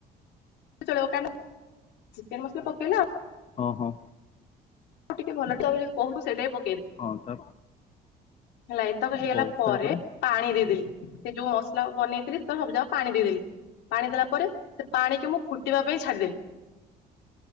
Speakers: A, on the left; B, on the left.
A: <inaudible> ଚିକେନ ମସଲା ପକେଇଲ ଆଉ
B: ହଁ ହଁ,
A: ଟିକେ ଭଲ ତମେ ଯଦି କହୁଚ ସେଇଟାବି ପ
B: ହଁ ତା
A: ହେଲା ଏତକ ହେଇଗଲା
B: ହଉ
A: ପରେ
B: ତାପରେ
A: ପାଣି ଦେଇଦେଲି। ସେ ଯୋଉ ମସଲା ବନେଇଥିଲି ତ ସବୁ ଜାକ ପାଣି ଦେଇଦେଲି ପାଣି ଦେଲା ପରେ ସେ ପାଣି କି ମୁଁ ଫୁଟିବା ପାଇଁ ଛାଡିଦେଲି